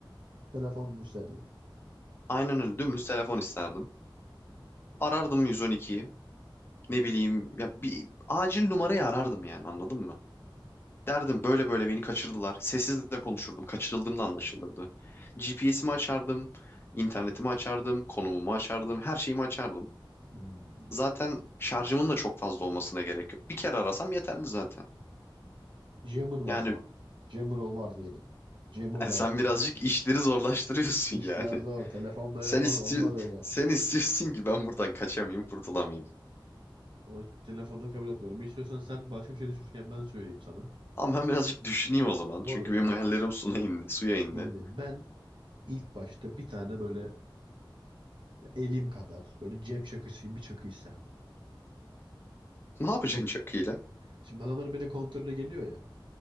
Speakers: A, on the right (about 65°); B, on the left (about 25°).
A: Telefon mu isterdin?
B: Aynen öyle dümdüz telefon isterdim. Arardım 112'yi. Ne bileyim ya bir acil numarayı arardım yani anladın mı? Derdim böyle böyle beni kaçırdılar. Sessiz de konuşurdum. Kaçırıldığımda anlaşılırdı. GPS'imi açardım. internetimi açardım. Konumumu açardım. Her şeyimi açardım.
A: Hmm.
B: Zaten şarjımın da çok fazla olmasına gerek yok. Bir kere arasam yeterli zaten.
A: Jammer var
B: Yani
A: ama. Jammer ol var diyelim. Jammer
B: yani
A: da
B: sen
A: var.
B: birazcık işleri zorlaştırıyorsun
A: İşler
B: yani.
A: zor.
B: <laughs>
A: Telefon telefon
B: Sen istiyor,
A: olmaz öyle.
B: sen istiyorsun ki ben buradan kaçamayayım, kurtulamayayım.
A: O telefonu kabul etmiyorum. İstiyorsan sen başka bir şey düşünürken ben söyleyeyim sana.
B: Ama ben birazcık düşüneyim o zaman.
A: Moruk.
B: Çünkü benim hayallerim suya indi. Suya indi.
A: Şimdi ben ilk başta bir tane böyle elim kadar böyle cep çakısı gibi bir çakı isterdim.
B: Ne yapacaksın çakıyla?
A: Şimdi adamlar beni kontrole geliyor ya.